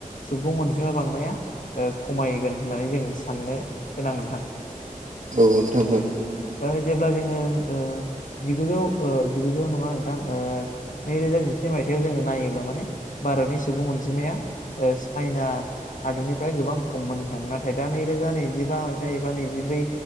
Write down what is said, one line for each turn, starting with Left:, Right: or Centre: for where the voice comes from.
Left: सुबुं अनजिमा बांनाया ओ खमायगोन होननानै जों साननो गोनां नोंथां
Right: औ नोंथां ओं
Left: ओ जेब्ला जोङोओ जिगुजौ जिगुजौ नङा नोंथां ओ नैरोजा जिसेनि मायथाइयाव जोङो नायोब्ला माने भारतनि सुबुं अनजिमाया ओ चाइना हादोरनिफ्राय गोबां खममोन नोंथां नाथाय दा नैरोजा नैजिबा मायथाइ एबा नैजिब्रै